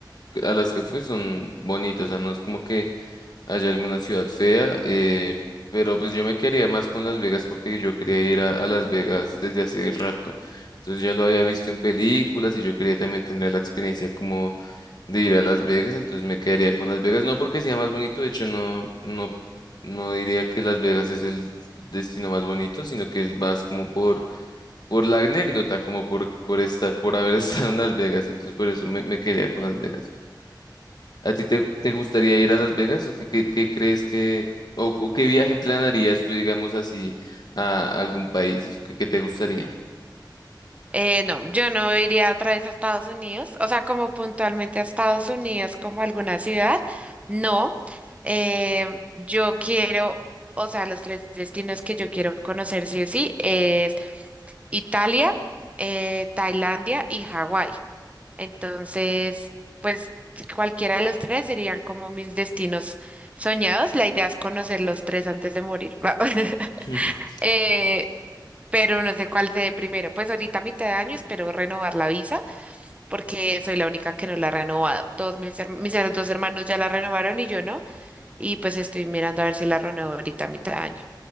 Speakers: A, on the left; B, on the right.
A: a las que fui son bonitas, o sea, no es como que haya alguna ciudad fea, eh, pero pues yo me quedaría más con Las Vegas porque yo quería ir a, a Las Vegas desde hace rato, entonces ya lo había visto en películas y yo quería también tener la experiencia como de ir a Las Vegas, entonces me quedaría con Las Vegas, no porque sea más bonito, de hecho no, no, no diría que Las Vegas es el destino más bonito, sino que es más como por por la anécdota, como por, por esta, por haber <laughs> estado en Las Vegas, entonces por eso me, me quería con Las Vegas. ¿A ti te, te gustaría ir a Las Vegas? ¿O ¿Qué, qué, qué crees que, o, o qué viaje planarías tú, digamos así, a algún país que, que te gustaría?
B: Eh, no, yo no iría otra vez a Estados Unidos, o sea, como puntualmente a Estados Unidos, como alguna ciudad, no. Eh, yo quiero, o sea, los tres destinos que yo quiero conocer sí o sí es Italia, eh, Tailandia y Hawái. Entonces, pues cualquiera de los tres serían como mis destinos soñados. La idea es conocer los tres antes de morir. <laughs>
A: <laughs>
B: Eh, pero no sé cuál sea primero. Pues ahorita a mitad de año espero renovar la visa porque soy la única que no la ha renovado. Todos mis, her- mis her- dos hermanos ya la renovaron y yo no, y pues estoy mirando a ver si la renuevo ahorita a mitad de año.